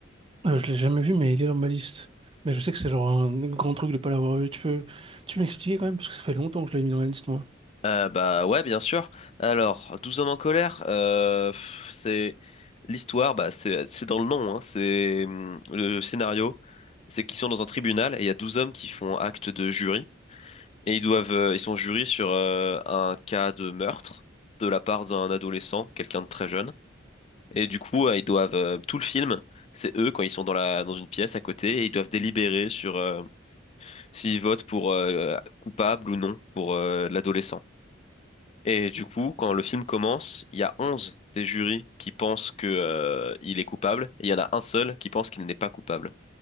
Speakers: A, on the right (about 30°); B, on the left (about 35°).
A: Euh, je l'ai jamais vu, mais il est dans ma liste. Mais je sais que c'est genre un grand truc de pas l'avoir vu. Tu peux, tu peux m'expliquer quand même, parce que ça fait longtemps que je l'ai mis dans la liste, moi.
B: Euh, bah ouais, bien sûr. Alors, Douze hommes en colère, euh, pff, c'est l'histoire, bah c'est c'est dans le nom, hein, c'est hum, le scénario, c'est qu'ils sont dans un tribunal et il y a 12 hommes qui font acte de jury et ils doivent euh, ils sont jurés sur euh, un cas de meurtre de la part d'un adolescent, quelqu'un de très jeune. Et du coup, euh, ils doivent euh, tout le film, c'est eux quand ils sont dans la dans une pièce à côté et ils doivent délibérer sur euh, s'ils votent pour euh, coupable ou non pour euh, l'adolescent. Et du coup, quand le film commence, il y a 11 des jurys qui pensent que, euh, il est coupable, et il y en a un seul qui pense qu'il n'est pas coupable.